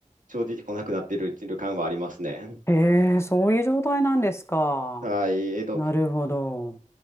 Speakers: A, on the right (about 75°); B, on the left (about 20°).
A: 正直来なくなっている、いる感はありますね。
B: へえ、そういう状態なんですか。
A: はい。えっと
B: なるほど。